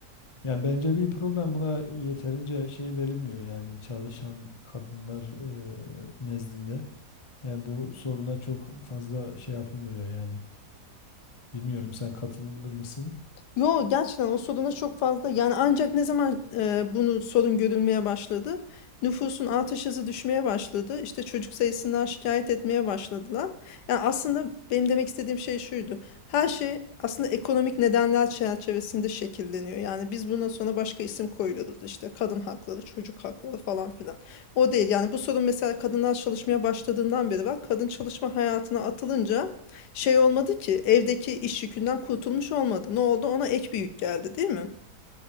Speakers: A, on the left; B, on the left.
A: Yani bence bir problem buna e, yeterince şey verilmiyor yani çalışan kadınlar e, nezdinde. Yani bu soruna çok fazla şey yapılmıyor yani. Bilmiyorum sen katılır mısın?
B: Yo gerçekten o soruna çok fazla yani ancak ne zaman e, bunu sorun görülmeye başladı? Nüfusun artış hızı düşmeye başladı. İşte çocuk sayısından şikayet etmeye başladılar. Yani aslında benim demek istediğim şey şuydu. Her şey aslında ekonomik nedenler çerçevesinde şekilleniyor. Yani biz bundan sonra başka isim koyuyoruz. İşte kadın hakları, çocuk hakları falan filan. O değil. Yani bu sorun mesela kadınlar çalışmaya başladığından beri var. Kadın çalışma hayatına atılınca şey olmadı ki evdeki iş yükünden kurtulmuş olmadı. Ne oldu? Ona ek bir yük geldi değil mi?